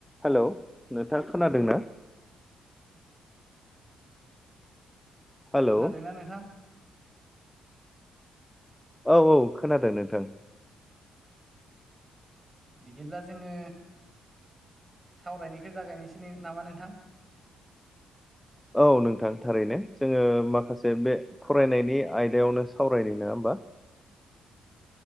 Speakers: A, in the centre; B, on the right.
A: हेल' नोंथाङ खोनादों? हेलौ
B: खोनादोंना नोंथां?
A: औ औ खोनादों नोंथां।
B: बिदिब्ला जोङो सावरायनायखौ जागायनोसै नामा नोंथां?
A: औ नोंथां थारैनो जोङो माखासे बे फरायनायनि आयदायावनो सावरायनाय नङा होमबा? <inaudible>